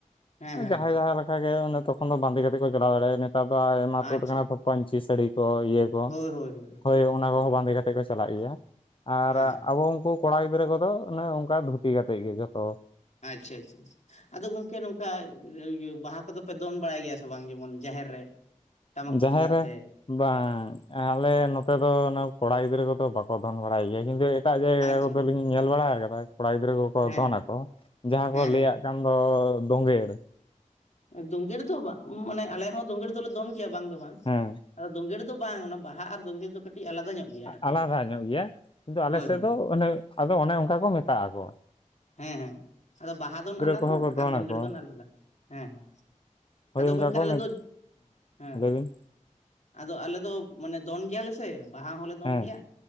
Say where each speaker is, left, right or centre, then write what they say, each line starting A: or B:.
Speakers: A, on the left (about 60°); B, on the left (about 40°).
A: ᱦᱮᱸ ᱦᱮᱸ
B: ᱡᱟᱦᱟᱸᱭ
A: ᱦᱮᱸ
B: ᱡᱟᱦᱟᱸ ᱞᱮᱠᱟᱜᱮ ᱚᱱᱮ ᱛᱚᱠᱷᱚᱱ ᱫᱚ ᱵᱟᱸᱫᱮ ᱠᱟᱛᱮᱜ ᱠᱚ ᱪᱟᱞᱟᱣ ᱫᱟᱲᱮᱭᱟᱜᱼᱟ ᱱᱮᱛᱟᱨ ᱫᱚ ᱟᱭᱢᱟ
A: ᱟᱪᱪᱷᱟ
B: ᱛᱳᱫ ᱠᱟᱱᱟ ᱛᱚ᱾ ᱯᱟᱧᱪᱤ ᱥᱟᱲᱤ ᱠᱚ ᱤᱭᱟᱹ ᱠᱚ
A: ᱦᱳᱭ ᱦᱳᱭ ᱦᱮᱸ
B: ᱦᱳᱭ ᱚᱱᱟ ᱠᱚᱦᱚᱸ ᱵᱟᱸᱫᱮ ᱠᱟᱛᱮᱫ ᱠᱚ ᱪᱟᱞᱟᱜ ᱜᱮᱭᱟ, ᱟᱨ
A: ᱦᱮᱸ
B: ᱟᱵᱚ ᱩᱱᱠᱩ ᱠᱚᱲᱟ ᱜᱤᱫᱽᱨᱟᱹ ᱠᱚᱫᱚ ᱚᱱᱮ ᱚᱱᱠᱟ ᱫᱷᱩᱛᱤ ᱠᱟᱛᱮᱫ ᱜᱮ ᱡᱚᱛᱚ᱾
A: ᱟᱪᱪᱷᱟ ᱟᱪᱪᱷᱟ ᱪᱷᱟ᱾ ᱟᱫᱚ ᱜᱚᱝᱠᱮ ᱱᱚᱝᱠᱟ ᱤᱭᱟᱹ ᱵᱟᱦᱟ ᱠᱚᱫᱚ ᱯᱮ ᱫᱚᱱ ᱵᱟᱲᱟᱭ ᱜᱮᱭᱟ ᱥᱮ ᱵᱟᱝ ᱡᱮᱢᱚᱱ ᱡᱟᱦᱮᱨ ᱨᱮ? ᱴᱟᱢᱟᱠ ᱛᱩᱢᱫᱟᱜ
B: ᱡᱟᱦᱮᱨ
A: ᱟᱛᱮᱫ
B: ᱨᱮ ᱵᱟᱝ ᱟᱞᱮ ᱱᱚᱛᱮ ᱫᱚ ᱚᱱᱟ ᱠᱚᱲᱟ ᱜᱤᱫᱽᱨᱟᱹ ᱠᱚᱫᱚ ᱵᱟᱠᱚ ᱫᱚᱱ ᱵᱟᱲᱟᱭ ᱜᱮᱭᱟ᱾ ᱧᱤᱫᱟᱹ ᱮᱴᱟᱜ ᱡᱟᱭᱜᱟ
A: ᱟᱪᱪᱷᱟ
B: ᱠᱚᱫᱚᱞᱤᱧ
A: ᱟᱪᱪᱷᱟ
B: ᱧᱮᱞ ᱵᱟᱲᱟ ᱠᱟᱫᱟ ᱠᱚᱲᱟ ᱜᱤᱫᱽᱨᱟᱹ ᱠᱚᱠᱚ
A: ᱦᱮᱸ
B: ᱫᱚᱱᱟᱠᱚ ᱡᱟᱦᱟᱸ
A: ᱦᱮᱸ
B: ᱠᱚ ᱞᱮᱭᱟᱜ
A: ᱦᱮᱸ ᱦᱮᱸ
B: ᱠᱟᱱ ᱫᱚ ᱫᱳᱸᱜᱮ ᱮᱲᱮ
A: ᱫᱳᱸᱜᱮᱲ ᱫᱚ ᱵᱟ ᱢᱟᱱᱮ ᱟᱞᱮ ᱦᱚᱸ ᱫᱳᱸᱜᱮᱲ ᱫᱚᱞᱮ ᱫᱚᱱ ᱜᱮᱭᱟ ᱵᱟᱝ ᱫᱚ ᱵᱟᱝ
B: ᱦᱮᱸ
A: ᱟᱫᱚ ᱫᱳᱸᱜᱮᱲ ᱫᱚ, ᱫᱚ ᱵᱟᱝ ᱚᱱᱟ ᱵᱟᱦᱟ ᱟᱨ ᱫᱳᱸᱜᱮᱲ ᱫᱚ ᱠᱟᱴᱤᱜ ᱟᱞᱟᱫᱟ ᱧᱚᱜ ᱜᱮᱭᱟ ᱟᱨᱠᱤ
B: ᱟᱞᱟᱫᱟ ᱧᱚᱜ ᱜᱮᱭᱟ ᱠᱤᱱᱛᱩ ᱟᱞᱮ
A: ᱦᱳᱭ
B: ᱥᱮᱫ
A: ᱦᱳᱭ
B: ᱫᱚ ᱚᱱᱮ ᱟᱫᱚ ᱚᱱᱮ ᱚᱱᱠᱟ ᱠᱚ ᱢᱮᱛᱟᱜᱼᱟ ᱠᱚ᱾
A: ᱦᱮᱸ ᱦᱮᱸ ᱟᱫᱚ ᱵᱟᱦᱟ ᱫᱚᱱ ᱟᱞᱟᱫᱟ
B: ᱠᱚᱦᱚᱸ ᱠᱚ
A: ᱟᱨ ᱫᱳᱸᱜᱮᱲ
B: ᱟᱠᱚ
A: ᱫᱚᱱ ᱟᱞᱟᱫᱟ᱾ ᱦᱮᱸ ᱦᱮᱸ
B: ᱦᱳᱭ
A: ᱟᱫᱚ
B: ᱚᱱᱠᱟ
A: ᱜᱚᱝᱠᱮ
B: ᱠᱚ
A: ᱟᱞᱮ
B: ᱦᱮᱸ
A: ᱫᱚ ᱦᱮᱸ,
B: ᱞᱟᱹᱭ ᱵᱤᱱ
A: ᱟᱫᱚ ᱟᱞᱮ ᱫᱚ ᱢᱟᱱᱮ ᱫᱚᱱ ᱜᱮᱭᱟᱞᱮ ᱥᱮ ᱵᱟᱦᱟ ᱦᱚᱸᱞᱮ ᱫᱚᱱ
B: ᱦᱮᱸ
A: ᱜᱮᱭᱟ